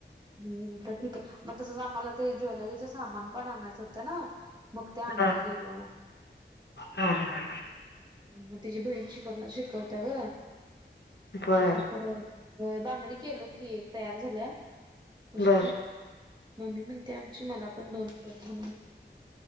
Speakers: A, on the right; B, on the left.
A: हम् तर ठीक आहे मग तसच आम्हाला ते ज्वेलरीच सामान पण आणायचं होतं ना मग ते आणायला
B: हा
A: गेलो मग
B: हा हा
A: मग तिचीी बहीण शिकव शिकवता ग
B: बर
A: तिच्याकड बांगडी केलो की एक तयार झाल्या कष्टती
B: बर.
A: मम्मी म्हणते आमची मला पण दोन कर म्हून